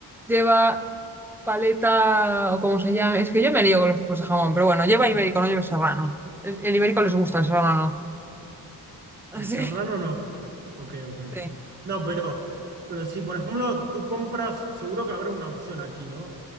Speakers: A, in the centre; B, on the right (about 80°).
A: lleva paleta o como se llame. Es que yo me lío con los tipos de jamón, pero bueno, lleva
B: Sí.
A: ibérico, no lleva serrano. El, el ibérico les gusta, el serrano no. <laughs> Así,
B: El serrano no. Ok, ok, ok.
A: sí.
B: No, pero, pero si, por ejemplo, tú compras, seguro que habrá una opción aquí, ¿no?